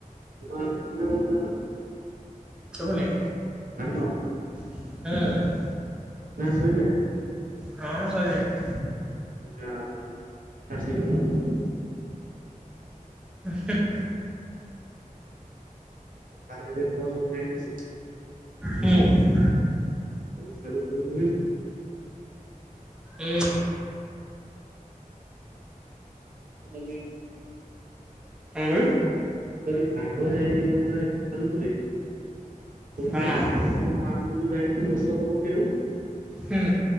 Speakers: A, on the right; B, in the centre.
A: ଧାନ ଆଜି କିଣା ହଉଥିଲା ପା
B: ଶୁଭୁନେଇ
A: ହାଲୋ।
B: ହେଁ
A: ନା ଶୋଇିଲେ।
B: ନାଁ ଶୋଇନେଇ
A: ହଁ <unintelligible>
B: <unintelligible>
A: ବାରିରେ କଣ ସବୁ ଲାଗିଛି?
B: ହଁ।
A: ସାରୁ ଫାରୁ ଲାଗିଛି?
B: ହୁଁ
A: <unintelligible>
B: କଁ କହିଲେ
A: ମୁ କହିଲି ବାଘ ଯାଇକି <unintelligible> ମୁ କୋଉଠି
B: ହଁ
A: କୋଉଠି ଆମେ ଯୋଉ ଯାଇଥିଲୁ ଔଷଧ ପକେଇବାକୁ
B: ହୁଁ